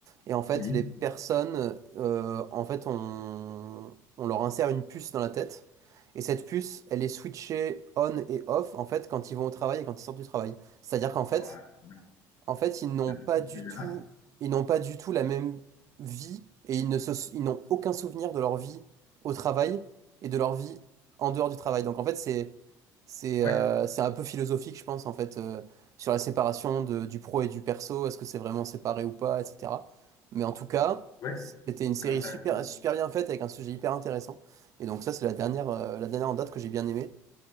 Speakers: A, on the right; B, on the left.
A: Et en fait,
B: oui.
A: les personnes, euh, en fait, on, on leur insère une puce dans la tête. Et cette puce, elle est switchée on et off, en fait, quand ils vont au travail et quand ils sortent du travail. C'est-à-dire qu'en fait,
B: Ouais, c'est bien,
A: en fait, ils n'ont
B: c'est bien
A: pas
B: ce
A: du
B: sujet-là.
A: tout, ils n'ont pas du tout la même vie et ils ne se, ils n'ont aucun souvenir de leur vie au travail et de leur vie en dehors du travail. Donc en fait, c'est, c'est,
B: Ouais,
A: euh, c'est un peu philosophique, je pense, en fait, euh, sur la séparation de- du pro et du perso. Est-ce que c'est vraiment séparé ou pas, etc. Mais en tout cas,
B: ouais,
A: c'était une série
B: très intéressant.
A: super, super bien faite avec un sujet hyper intéressant. Et donc ça, c'est la dernière, euh, la dernière en date que j'ai bien aimée.